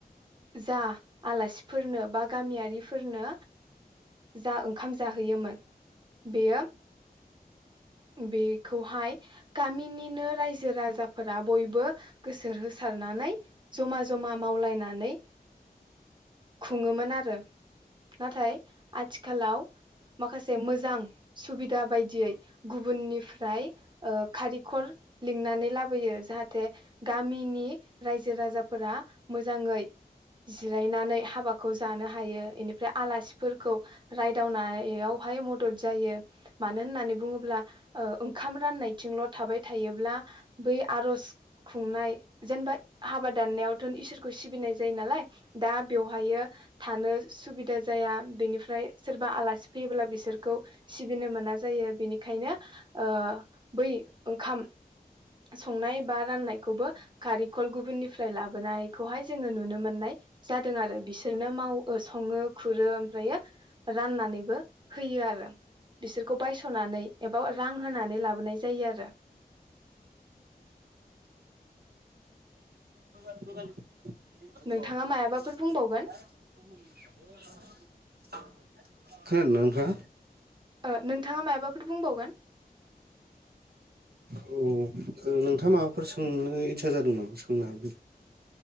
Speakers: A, on the right; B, on the right.
A: जा आलासिफोरनो बा गामियारिफोरनो जा ओंखाम जाहोयोमोन बेयो बेखौहाय गामिनिनो राय जो राजाफोरा बयबो गोसो होसारनानै जमा जमा मावलायनानै खुंङोमोन आरो नाथाय आथिखालाव माखासे मोजां सुबिदा बायदियै गुबुननिफ्राय ओ खारिखर लिंनानै लाबोयो जाहाथे गामिनि रायजो राजाफोरा मोजाङै जिरायनानै हाबाखौ जानो हायो इनिफ्राय आलासिफोर खौ रायदावनायावहाय मदद जायो। मानो होननानै बुङोब्ला ओ ओंखाम राननायथिंल' थाबाय थायो ब्ला बै आर'ज खुंनाय जेनेबा हाबा दाननायावथ' इसोरखौ सिबिनाय जायो नालाय दा बेवहायो थानो सुबिदा जाया बेनिफ्राय सोरबा आलासि फैयोब्ला बिसोरखौ सिबिनो मोना जायो बेनिखायनो ओ बै ओंखाम संनाय बा राननायखौबो खारिखल गुबुननिफ्राय लाबोनायखौहाय जोङो नुनो मोननाय जादों आरो बिसोरनो माव ओ सङो खुरो ओमफ्रायो राननानैबो होयो आरो बिसोरखौ बायस'नानै एबाव रां होनानै लाबोनाय जायो आरो
B: <unintelligible> <unintelligible> खोनादोंना
A: नोंथाङा मायाबाफोर बुंबावगोन
B: नोंथांङा?
A: ओ नोंथाङा मायबाफोर बुंबावगोन?
B: अ ओ नोंथाङा माबाफोर सोंनो इच्सा जादों नामा सोंनो हागोन।